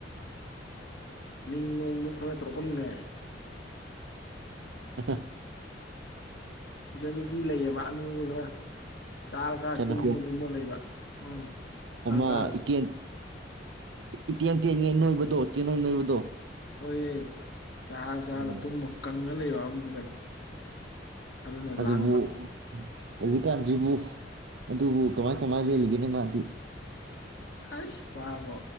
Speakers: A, on the left; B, on the right.
A: ꯃꯤ ꯅꯣꯡꯗꯨ ꯈꯔ ꯇꯧꯔꯨꯛꯀꯟꯅꯦ
B: ꯑ
A: ꯏꯆꯟ ꯅꯨꯄꯤ ꯂꯩꯌꯦꯕ ꯑꯅꯣꯏꯕ ꯈꯔ ꯆꯥꯔ ꯆꯥꯔ
B: ꯆꯅ
A: ꯇꯨꯝꯃ ꯇꯨꯝꯃ ꯂꯩꯕ ꯎꯝ ꯆꯥꯔ
B: ꯑ
A: ꯆꯥꯔ
B: ꯏꯀ ꯏꯀꯦꯟ ꯇꯦꯟꯉꯩ ꯅꯣꯏꯕ ꯗꯣꯇꯦ ꯅꯣꯏ ꯅꯣꯏꯕꯗꯣ
A: ꯑꯣꯏꯔꯏ ꯆꯥ ꯆꯥꯔ
B: ꯎꯝ
A: ꯇꯨꯝꯃ ꯀꯪꯉ ꯂꯩꯕ ꯇꯥꯡ ꯖꯂꯥꯏ ꯑꯗꯨꯅ
B: ꯑꯗꯨꯕꯨ
A: ꯂꯥꯡꯕ
B: ꯍꯧꯖꯤꯛꯀꯥꯟꯁꯤꯕꯨ ꯑꯗꯨꯕꯨ ꯀꯃꯥꯏ ꯀꯃꯥꯏꯅ ꯂꯩꯂꯤꯒꯦꯅꯤ ꯃꯥꯗꯤ
A: ꯑꯁ ꯄꯥꯕꯣ